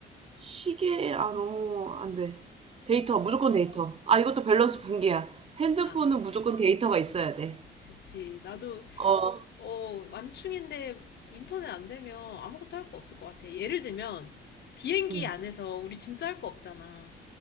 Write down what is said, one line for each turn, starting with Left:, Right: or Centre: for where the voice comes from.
Right: 시계 아 너무 안 돼. 데이터 무조건 데이터. 아 이것도 밸런스 붕괴야. 핸드폰은
Left: 아,
Right: 무조건 데이터가 있어야 돼.
Left: 그치. 나도,
Right: 어,
Left: 어, 만충인데 인터넷 안 되면 아무것도 할 거 없을 것 같아. 예를 들면, 비행기
Right: 응,
Left: 안에서 우리 진짜 할 거 없잖아.